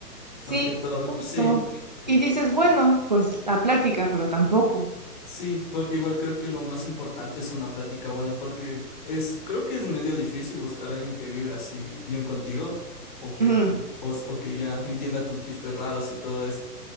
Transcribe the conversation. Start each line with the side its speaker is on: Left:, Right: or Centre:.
Right: sí,
Left: más que todo.
Right: justo.
Left: Sí. Y
Right: Y dices, bueno, pues la plática, pero tampoco.
Left: sí, porque igual creo que lo más importante es una plática buena, porque es, creo que es medio difícil buscar a alguien que vibra así bien contigo, o que,
Right: Ujú,
Left: o o que ya entienda tus chistes raros y todo esto.